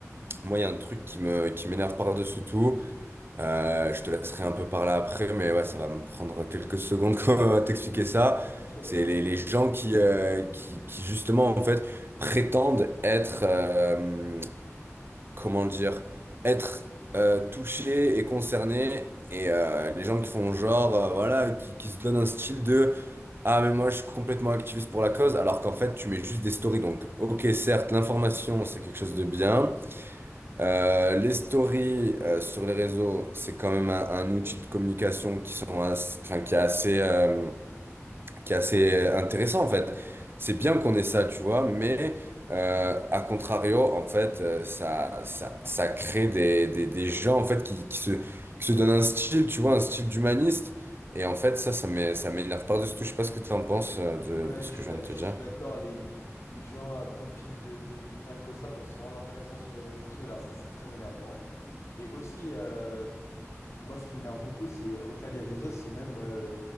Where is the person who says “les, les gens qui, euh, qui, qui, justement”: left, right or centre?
Right